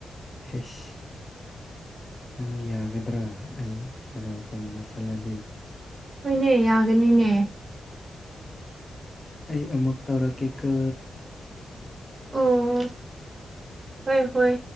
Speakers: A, on the left; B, on the right.
A: ꯍꯁ ꯅꯪ ꯌꯥꯒꯗ꯭ꯔꯥ ꯑꯩ ꯀꯩꯅꯣ ꯇꯝꯕ ꯆꯠꯂꯗꯤ
B: ꯍꯣꯏꯅꯦ ꯌꯥꯒꯅꯤꯅꯦ
A: ꯑꯩ ꯑꯃꯨꯛ ꯇꯧꯔꯛꯀꯦꯀ
B: ꯑꯣ ꯍꯣꯏ ꯍꯣꯏ